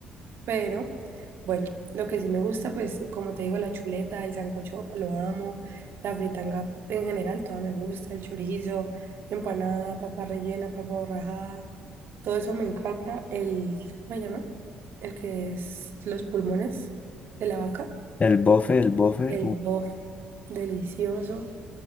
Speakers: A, on the right; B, on the left.
A: Pero bueno, lo que sí me gusta, pues como te digo, la chuleta, el sancocho, lo amo, la fritanga en general, toda me gusta, el chorizo, empanada, papa rellena, papa borrajada, todo eso me encanta. El, ¿cómo se llama? El que es los pulmones de la vaca,
B: El bofe, el bofe.
A: el bofe, delicioso,